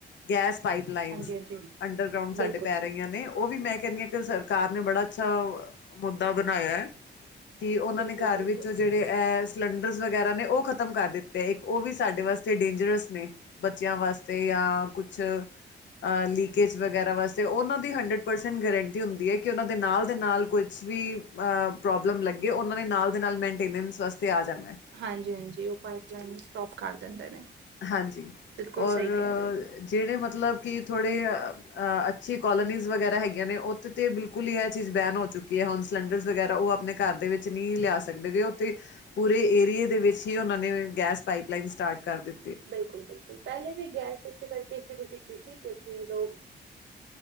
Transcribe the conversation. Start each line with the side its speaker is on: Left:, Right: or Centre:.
Left: ਗੈਸ ਪਾਈਪ ਲਾਈਨਸ।
Right: ਹਾਂਜੀ ਹਾਂਜੀ
Left: ਅੰਡਰਗਰਾਊਂਡ ਸਾਡੇ
Right: ਬਿਲਕੁਲ
Left: ਪੈ ਰਈਆਂ ਨੇ ਓ ਵੀ ਮੈਂ ਕੈਨੀ ਆ ਕਿ ਸਰਕਾਰ ਨੇ ਬੜਾ ਅੱਛਾ ਅ ਮੁੱਦਾ ਬਨਾਏਆ ਐ। ਕਿ ਓਨਾਂ
Right: ਬਿਲਕੁਲ
Left: ਨੇ ਘਰ
Right: ਬਿਲਕੁਲ
Left: ਵਿੱਚ ਜੇੜੇ ਐ, ਸਿਲੰਡਰਸ ਵਗੈਰਾ ਨੇ ਓ ਖ਼ਤਮ ਕਰ ਦਿੱ ਤੇ ਇਕ ਓ ਵੀ ਸਾਡੇ ਵਾਸਤੇ ਡੇਂਜਰਸ ਨੇ, ਬੱਚੇਆਂ ਵਾਸਤੇ ਯਾਂ ਕੁਛ ਅ ਲੀਕੇਜ ਵਗੈਰਾ ਵਾਸਤੇ ਓਨਾਂ ਦੀ ਹੰਡਰਡ ਪਰਸੈੰਟ ਗਰੰਟੀ ਹੁੰਦੀ ਐ ਕਿ ਓਨਾਂ ਦੇ ਨਾਲ ਦੇ ਨਾਲ ਕੋਈ ਕੁਛ ਵੀ ਅ, ਪ੍ਰੋਬਲਮ ਲੱਗੇ ਓਨਾਂ ਨੇ ਨਾਲ ਦੇ ਨਾਲ ਮੈਨਟੇਨੈਂਸ ਵਾਸਤੇ ਆ ਜਾਨਾ
Right: ਹਾਂਜੀ-ਹਾਂਜੀ ਓ ਪਾਈਪ ਲਾਈਨ ਈ ਸਟੋਪ ਕਰ ਦਿੰਦੇ ਨੇ।
Left: ਹਾਂਜੀ,
Right: ਬਿਲਕੁਲ
Left: ਔਰ
Right: ਸਹੀ ਕਹਿ ਰਹੇ ਹੋ
Left: ਜੇੜੇ ਮਤਲਬ ਕਿ ਥੋੜੇ ਅ ਅ ਅੱਛੀ ਕੋਲੋਨੀਜ਼ ਵਗੈਰਾ ਹੈਗੀਆਂ ਨੇ ਓੱਥੇ ਤੇ ਬਿਲਕੁਲ ਈ ਐ ਚੀਜ ਬੈਨ ਹੋ ਚੁੱਕੀ ਐ ਹੁਨ ਸਿਲੰਡਰਜ਼ ਵਗੈਰਾ ਓ ਆਪਨੇ ਘਰ ਦੇ ਵਿੱਚ ਨੀ ਲੇਆ ਸਕਦੇ ਗੇ ਓੱਥੇ, ਪੂਰੇ ਏਰੀਏ ਦੇ
Right: ਹਮ
Left: ਵਿਚ ਹੀ ਓਨਾਂ ਨੇ ਗੈਸ ਪਾਈਪ ਲਾਈਨ ਸਟਾਟ ਕਾਰ ਦਿੱ
Right: ਬਿਲਕੁਲ-ਬਿਲਕੁਲ, ਪੈਲੇ ਵੀ ਗੈਸ ਇਸੇ ਕਰਕੇ ਸ਼ੁਰੂ ਕੀਤੀ ਸੀ ਕਿਉਂਕਿ ਲੋਗ